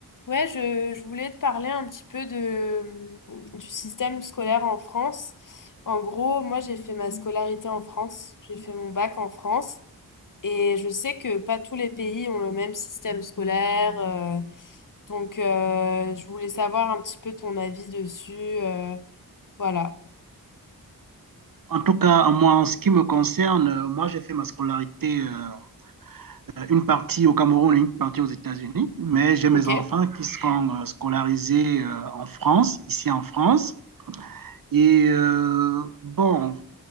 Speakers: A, on the left; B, on the right.
A: Ouais, je, je voulais te parler un petit peu de, du système scolaire en France. En gros, moi, j'ai fait ma scolarité en France, j'ai fait mon bac en France, et je sais que pas tous les pays ont le même système scolaire. euh, donc, euh, je voulais savoir un petit peu ton avis dessus. euh, voilà.
B: En tout cas, moi, en ce qui me concerne, euh, moi, j'ai fait ma scolarité, euh, euh, une partie au Cameroun et une partie aux États-Unis, mais j'ai mes
A: Ok.
B: enfants qui sont euh, scolarisés euh, en France, ici en France. Et euh, bon,